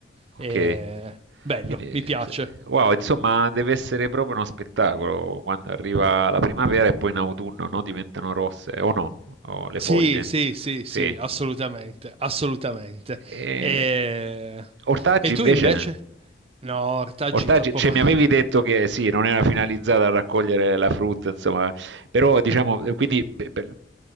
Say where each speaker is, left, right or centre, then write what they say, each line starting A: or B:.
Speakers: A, on the right; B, on the right.
A: e
B: Ok,
A: bello,
B: quindi eh,
A: mi piace.
B: se- wow, insomma deve essere proprio uno spettacolo quando arriva la primavera e poi in autunno, no? Diventano rosse o no? O le
A: Sì,
B: foglie,
A: sì, sì,
B: sì.
A: sì, assolutamente, assolutamente.
B: E...
A: E,
B: Ortaggi
A: e tu
B: invece?
A: invece? No, ortaggi
B: Ortaggi,
A: troppo
B: cioè
A: fa...
B: mi avevi detto che sì, non era finalizzata a raccogliere la frutta, insomma, però diciamo,
A: <laughs>
B: eh, quindi beh, beh,